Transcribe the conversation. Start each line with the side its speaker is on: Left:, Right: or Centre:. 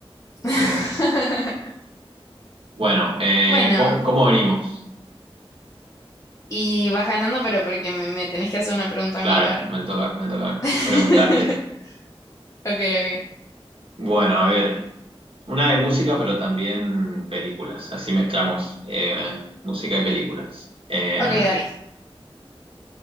Left: <laughs>
Right: ¿qué? Eh, bueno, eh,
Left: Bueno,
Right: ¿cómo, cómo venimos?
Left: y vas ganando, pero porque me, me tenés que hacer una pregunta
Right: Claro,
Left: mía ahora.
Right: me toca, me toca
Left: <laughs>
Right: preguntarte.
Left: Ok, ok.
Right: Bueno, a ver, una de música, pero también películas, así mezclamos eh, música y películas. Eh,
Left: Ok, dale.